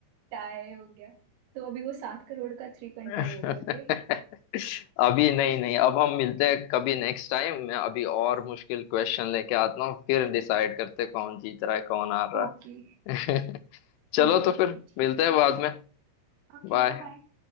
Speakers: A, on the right; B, on the left.
A: Tie हो गया तो अभी वो सात करोड़ का थ्री पॉइंट
B: <laughs>
A: फाइव हो गया ओके
B: अभी नहीं नहीं अब हम मिलते हैं कभी नेक्स्ट टाइम मैं अभी और मुश्किल क्वेश्चन लेके आता हूँ फिर डिसाइड करते हैं कौन जीत रहा है कौन हार रहा
A: ओके
B: है <laughs> चलो
A: ओके
B: तो
A: ओके
B: फिर
A: ठीक
B: मिलते हैं बाद में
A: है ओके
B: बाय
A: बाय बाय।